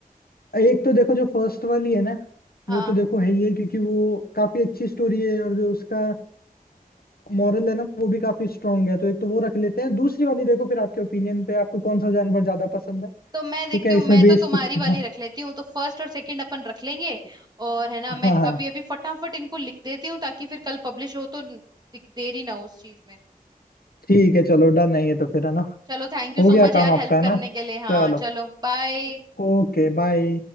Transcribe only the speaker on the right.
हाँ
तो मैं देखती
हूँ
मैं
तो तुम्हारी
वाली
रख लेती हूँ तो फर्स्ट और सेकंड अपन रख लेंगे और है ना
मैं
अभी अभी फटाफट इनको लिख देती हूँ ताकि फिर कल पब्लिश हो तो न- दिक- देरी ना हो उस चीज में
चलो थैंक यू
सो
मच यार
हेल्प
करने
के लिए हाँ
चलो बाय